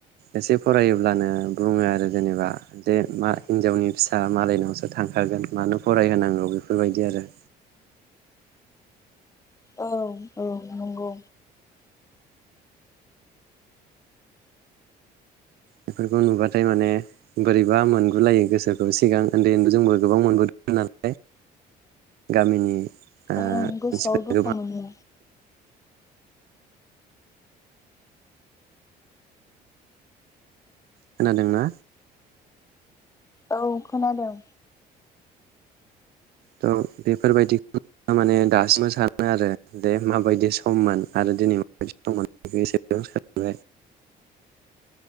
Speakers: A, on the right; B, on the left.
A: एसे फरायोब्लानो बुङो आरो जेनेबा जे मा हिनजावनि फिसा मालायनावसो थांखगोन मानो फरायहोनांगौ बेफोरबायदि आरो
B: औ औ नंगौ
A: बेफोरखौ नुबाथाय माने बोरैबा मोन लायो गोसोखौ सिगां उन्दै उन्दै जोंबो गोबां मोनबोदों नालाय गामिनि ओ मानसिफोरा
B: ओं गोसोआव दुखु
A: गोबां
B: मोनो
A: खोनादोंना
B: औ खोनादों
A: थ' बेफोरबायदि माने दासिमबो सानो आरो दे माबायदि सममोन आरो दिनै माबायदि सम मोन एसेबां सानबाय